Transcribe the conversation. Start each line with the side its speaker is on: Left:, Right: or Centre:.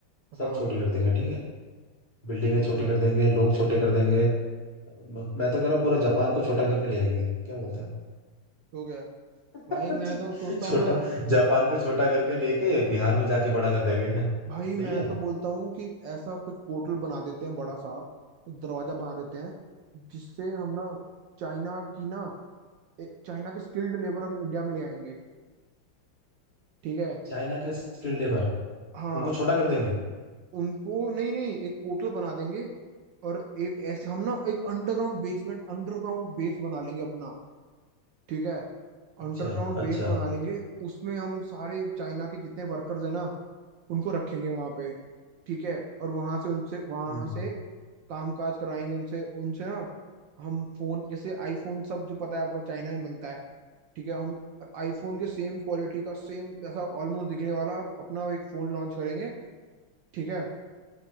Left: सब
Right: हाँ
Left: छोटी कर देंगे ठीक है बिल्डिंगें
Right: तो
Left: छोटी
Right: क्या
Left: कर देंगे लोग छोटे कर देंगे म- मैं तो कह रहा हूँ पूरा जापान को छोटा करके ले आएंगे क्या बोलता है
Right: तो क्या
Left: <laughs>
Right: भाई मैं
Left: छो-
Right: तो सोचता
Left: छोटा
Right: हूँ ना
Left: जापान को छोटा करके लेके बिहार में जाके बड़ा कर देंगे
Right: भाई
Left: सही
Right: मैं
Left: है
Right: तो बोलता हूँ कि ऐसा कुछ पोर्टल बना देते हैं बड़ा सा एक दरवाजा बना देते हैं जिससे हम ना चाइना की ना ए- चाइना के स्किल्ड लेबर हम इंडिया में ले आएंगे ठीक है
Left: चाइना के स्किल्ड लेबर
Right: हाँ
Left: उनको छोटा कर देंगे
Right: उनको नहीं नहीं एक पोर्टल बना देंगे और एक ऐसे हम ना एक अंडरग्राउंड बेसमेंट अंडरग्राउंड बेस बना लेंगे अपना ठीक है
Left: अच्छा
Right: अंडरग्राउंड
Left: अच्छा
Right: बेस बना लेंगे उसमें हम सारे चाइना के जितने वर्कर्स हैं ना उनको रखेंगे वहां पे ठीक है और वहां से उनसे वहां
Left: हम्म।
Right: से काम काज कराएंगे उनसे उनसे ना हम फोन जैसे आईफोन सब जो पता है आपको चाइना में बनता है ठीक है हम आईफोन के सेम क्वालिटी का सेम ऐसा ऑलमोस्ट दिखने वाला अपना एक फोन लॉन्च करेंगे ठीक है